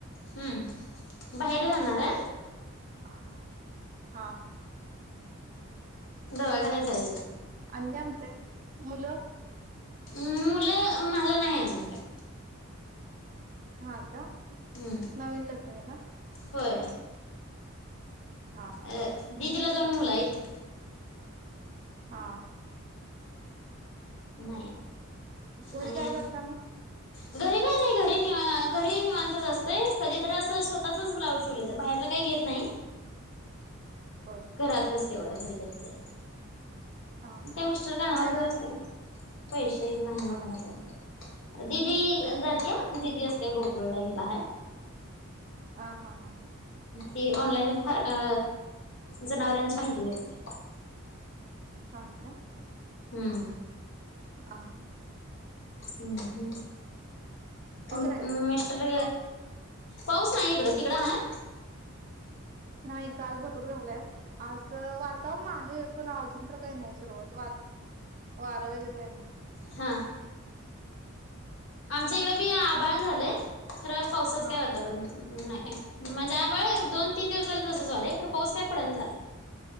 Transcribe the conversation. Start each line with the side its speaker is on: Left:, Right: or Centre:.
Left: हम्म बाहेर जाणाराय
Right: हा हा
Left: दवाखान्यात जायचंय
Right: आणि काय म्हणताय मुलं
Left: हम् मुलं मला नाही अजून काय
Right: हा का
Left: हम्म
Right: नवीन लग्न आहे का
Left: होय
Right: हा हा
Left: अ दीदीला दोन मुला आहेत
Right: हा
Left: नाही
Right: घरी
Left: आणि
Right: काय करता मग
Left: घरी काही नाही घरी घरी निवांतच असतय कधी तर असं स्वतःचच ब्लाऊज शिवलं तर बाहेरल काही घेत नाही.
Right: बर
Left: घरातलंच एवढं कधी कधी तर
Right: हा हा.
Left: चे मिस्टर कामावर
Right: माझ्याकडे
Left: गेलेत
Right: असते.
Left: ना पैसे नाही
Right: आ
Left: दिदी जातेया दिदी असते गोकुळेला हिला हाय
Right: ह हा हा
Left: त ऑनलाईन अ जनावरांची माहिती भरली
Right: हा का
Left: हम्म
Right: अह
Left: हम्म ह् तु
Right: पाऊस आहे तिकडं?
Left: मिस्टर पाऊस नाही इकडं, तिकडं हाय?
Right: नाही काल भरपूर झालाय, आज वातावरण आहे पण अजून तर काही नाही सुरुवात, वात् वारं वगैरे काही नाही.
Left: हा आमच्या इकडे बी आबाळ झालंय खरं पावसाचं
Right: हा
Left: काय वातावरण नाही म्हणजे आभाळ दोन तीन दिवस झाले तसं झालंय पण पाऊस काही पडना झालाय